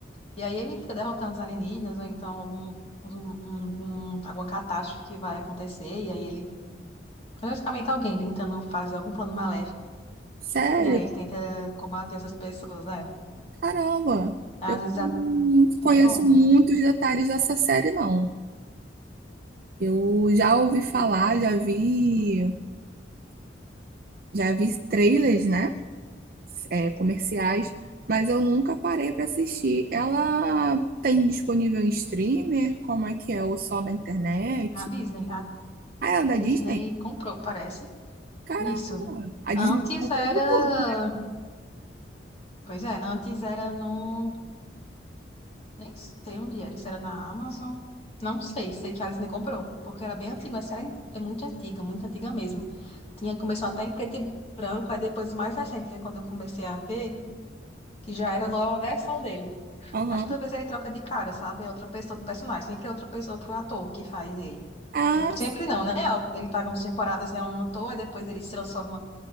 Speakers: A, on the left; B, on the right.
A: E aí ele fica derrotando os alienígenas, ou então algum, um- um, algum, alguma catástrofe que vai acontecer. E aí ele, praticamente alguém tentando fazer algum plano maléfico.
B: sério?
A: E aí ele tenta combater essas pessoas, né?
B: Caramba!
A: Às
B: Eu
A: vezes
B: não
A: a-
B: conheço
A: é bom.
B: muitos detalhes dessa série, não. Eu já ouvi falar, já vi, já vi trailers, né? É, comerciais, mas eu nunca parei para assistir. Ela tem disponível em streamer? Como é que é? Ou só na internet?
A: A Disney, a
B: Ah, ela é da
A: Disney
B: Disney?
A: comprou, parece.
B: Caramba!
A: Isso.
B: A
A: Antes
B: Disney tá comprando
A: era.
B: tudo.
A: Pois é, antes era no. Nem sei onde era, se era na Amazon. Não sei, sei que a Disney comprou, porque era bem antiga, mas era, é muito antiga, muito antiga mesmo. Tinha, começou até em preto e branco, aí depois o mais recente, foi quando eu comecei a ver, que já era a nova versão dele.
B: Aham.
A: Mas toda vez ele troca de cara, sabe? É outra pessoa do personagem, sempre é outra pessoa, outro ator que faz ele.
B: Ah,
A: Tipo, sempre não, né? Ele paga umas temporadas, é um ator, aí depois ele se transforma